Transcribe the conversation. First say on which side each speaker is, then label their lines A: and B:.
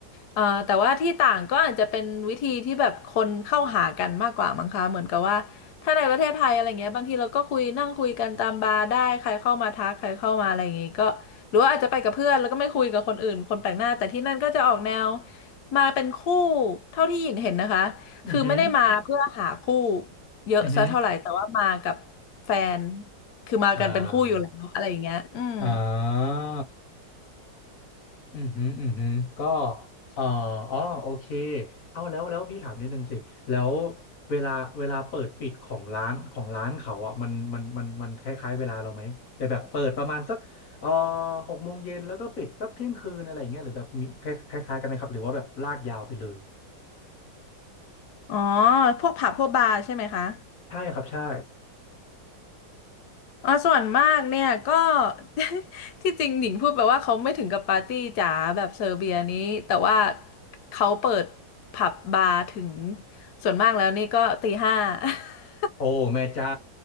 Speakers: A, on the left; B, on the left.
A: เอ่อแต่ว่าที่ต่างก็อาจจะเป็นวิธีที่แบบคนเข้าหากันมากกว่ามั้งคะเหมือนกับว่าถ้าในประเทศไทยอะไรเงี้ยบางทีเราก็คุยนั่งคุยกันตามบาร์ได้ใครเข้ามาทักใครเข้ามาอะไรอย่างงี้ก็ หรือว่าอาจจะไปกับเพื่อนแล้วก็ไม่คุยกับคนอื่นคนแปลกหน้าแต่ที่นั่นก็จะออกแนวมาเป็นคู่เท่าที่หญิงเห็นนะคะคือไม่ได้มาเพื่อหาคู่
B: อือหือ
A: เยอะซะเท่าไหร่แต่ว่ามากับ
B: อือหือ
A: แฟนคือมากันเป็นคู่อยู่แล้วอะไรอย่างเงี้ยอืม
B: อ่าอ่าอืมฮึอืมฮึก็เอ่ออ๋อโอเคเอาแล้วแล้วพี่ถามนิดนึงสิแล้วเวลาเวลาเปิดปิดของร้านของร้านเขาอ่ะมันมันมันมันคล้ายๆเวลาเราไหมแต่แบบเปิดประมาณสักเอ่อหกโมงเย็นแล้วก็ปิดสักเที่ยงคืนอะไรอย่างเงี้ยหรือแบบมีคล้ายๆกันไหมครับหรือว่าแบบลากยาวไปเลย
A: อ๋อพวกผับพวกบาร์ใช่ไหมคะ
B: ใช่ครับใช่
A: อ๋อส่วนมากเนี่ยก็ <laughs> ที่จริงหญิงพูดไปว่าเขาไม่ถึงกับปาร์ตี้จ๋าแบบเซอร์เบียนี้แต่ว่าเขาเปิดผับบาร์ถึงส่วนมากแล้วนี่ก็ตีห้า <laughs>
B: โอ้แม่เจ้า